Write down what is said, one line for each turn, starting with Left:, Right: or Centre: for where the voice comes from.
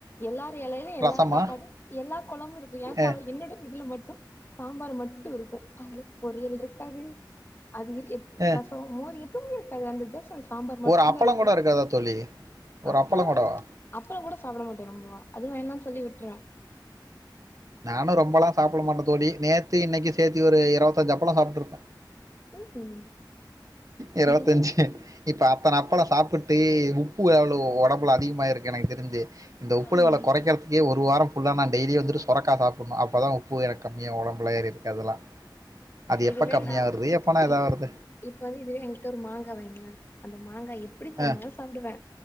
Left: எல்லார் எலையிலயு எல்லா
Right: ரசமா
Left: சாப்பாடு எல்லா கொழம்பு இருக்கு ஏ சா
Right: அஹ்,
Left: என்னோட இதுல மட்டு சாம்பார் மட்டு இருக்கு அதுல பொரியல் இருக்காது அது இரு எது
Right: அஹ்.
Left: ரசோ மோர் எதுமே இருக்காது அந்த ஜஸ்ட் அந்த சாம்பார் மட்டுந்தா
Right: ஒரு அப்பளம்
Left: இருக்கு
Right: கூட இருக்காதா தோழி ஒரு
Left: அப்ப
Right: அப்பளம் கூடவா
Left: அப்பளங்கூட சாப்ட மாட்டே ரொம்பவா அது வேணா சொல்லி விட்ருவே
Right: நானு ரொம்பல்லா சாப்ட மாட்டே தோழி நேத்து இன்னக்கி சேத்தி ஒரு இருவத்தஞ்சி அப்பளோ சாப்ட்டுருப்பே
Left: ம் ம்
Right: இருவத்தஞ்சி
Left: இதுவே
Right: இப்ப அத்தன அப்பளோ சாப்ட்டு உப்பு அவ்ளோ ஒடம்புல அதிகமாயிருக்கு எனக்கு தெரிஞ்சி இந்த உப்பு
Left: ம்
Right: லெவல்ல கொறைக்கறதுக்கே ஒரு வாரோ ஃபுல்லா நா டெய்லி வந்துட்டு சுரக்கா சாப்டணு அப்பதா உப்பு எனக்கு கம்மியாகு ஒடம்புல ஏறிருக்கதெல்லா அது
Left: இதுவே
Right: எப்ப கம்மியாவுரது
Left: நா
Right: எப்பனா இதாவுரருது
Left: இப்ப இப்ப வந்து இதுவே என்கிட்ட ஒரு மாங்கா வைய்ங்கலே அந்த மாங்கா எப்டி தந்தாலு
Right: ஆ
Left: சாப்டுவே